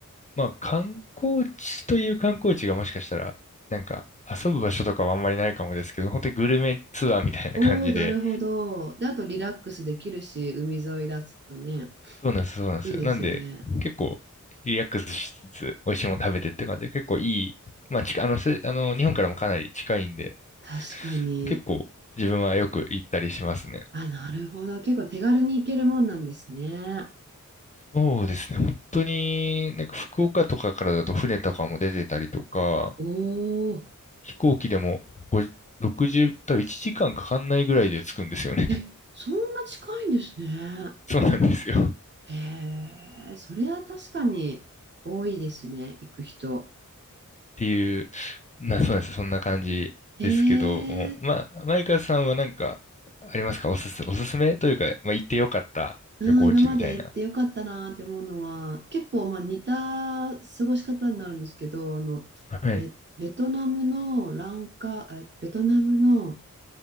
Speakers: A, on the left; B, on the right.
A: まあ観光地という観光地がもしかしたら、なんか遊ぶ場所とかはあんまりないかもですけど、本当にグルメツアーみたいな感じで、
B: おー、なるほど。で、あとリラックスできるし、海沿いだとね、
A: そうなんです、そうなんですよ。
B: いいですよね。
A: なんで、結構、リラックスしつつ、美味しいもの食べてって感じで、結構いい、まあ、近あの、せあの、日本からもかなり近いんで、
B: 確かに。
A: 結構、自分はよく行ったりしますね。
B: あ、なるほど。結構手軽に行けるもんなんですね。
A: そうですね。本当に、なんか福岡とかからだと船とかも出てたりとか、
B: おー、
A: 飛行機でも5、60、多分1時間かんかかんないぐらいで着くんですよね。
B: え、そんな近いんですね。
A: <laughs> そうなんですよ。
B: えー、それは確かに多いですね、行く人。
A: っていう、な、そうなんです。そんな感じですけど、
B: えー、
A: もうまあ、マイカさんはなんか、ありますかおすす、おすすめというか、まあ、行ってよかった旅行地みたいな。
B: うん、今まで行ってよかったなって思うのは、結構まあ似た過ごし方になるんですけど、あの、
A: はい。
B: え、ベトナムのランカ、え、ベトナムの、